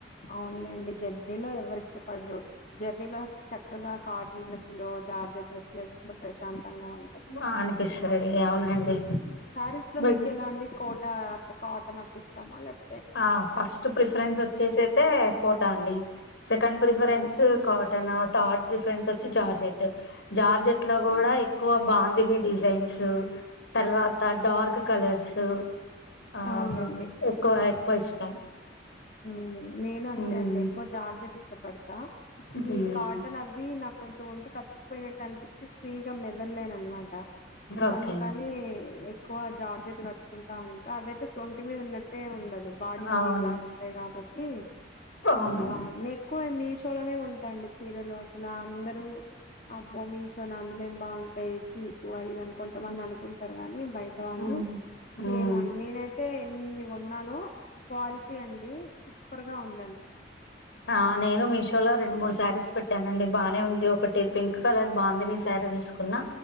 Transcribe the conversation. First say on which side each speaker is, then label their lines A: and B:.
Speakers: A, on the left; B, on the left.
A: అవునులేండి జర్నీలో ఎవరు ఇష్టపడరు జర్నీలో చక్కగా కాటన్ డ్రెస్సులు జార్జెట్ డ్రస్లు వసుకుంట ప్రశాంతంగా ఉంటది
B: బా అనిపిస్తది అవునండి
A: ఉమ్ సారీస్ లో
B: బట్
A: మీకు ఎలా అండి కోట్ అట్లా కాటన్ అట్లా ఇష్టామా లేక్
B: ఆ ఫస్ట్ ప్రిఫరెన్స్ వచ్చేసైతే కోట అండి second preference
A: okay
B: cotton third preference వచ్చి జార్జెట్ జార్జెట్ లో
A: ఓకే
B: కూడా ఎక్కువ బాన్ ని డిజైన్స్ తర్వాత డార్క్ కలర్స్ ఆహ్
A: అవునులేండి
B: ఎక్కువ ఎక్కువ ఇష్టం
A: ఉమ్ నేను అంతే
B: మ్మ్
A: అండి ఎక్కువ జార్జెట్ ఇష్టం పడతా
B: మ్మ్
A: ఈ కాటన్ అవీ నాకు కొంచెం ఒంటి కత్తుకుపోయినట్టు అనిపించి ఫ్రీగా మెదల్లేన అనమాట ఇంక
B: ఓకే
A: అందుకని ఎక్కువ జార్జెట్ కట్టుకుంటా ఉంటే అవియితే స్లొంటి మీద ఉన్నట్టే ఉండదు బాడీ హగ్గింగ్
B: అవును
A: లాగా ఉ గాబట్టి
B: అవును
A: బాగు నెకువ మీ షో మేషో లో నే కొంటా అండి చీరలు అసలు అందరూ అబ్బా మీషో నా అందులో ఏం బాగుంటాయి చి పు అది అని కొంతమంది అనుకుంటారు గానీ బయట వాళ్ళు
B: మ్మ్ మ్మ్
A: ఏమో అన్ నేనైతే ఎన్ని కొన్నానో క్వాలిటీ అన్ సూపర్ గా ఉందండి
B: ఆ నేను మీషోలో రెండు మూడు శారీస్ పెట్టానండి బానే ఉంది ఒకటి పింక్ కలర్ బాందిని శారీ తీసుకున్నా